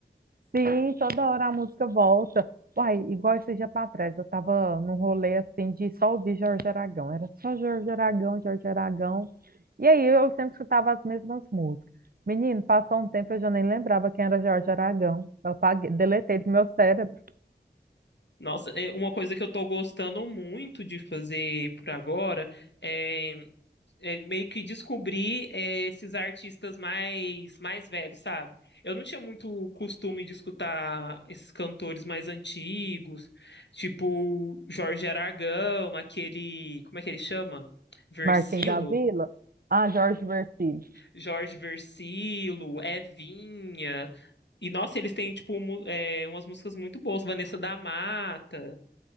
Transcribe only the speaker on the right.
Sim, toda hora a música volta. Uai, igual esse dia para trás, eu tava num rolê assim de só ouvir Jorge Aragão. Era só Jorge Aragão, Jorge Aragão. E aí eu sempre escutava as mesmas músicas. Menino, passou um tempo eu já nem lembrava quem era Jorge Aragão. Eu apaguei, deletei do meu cérebro.
Martim da Vila. Ah, Jorge Vercillo.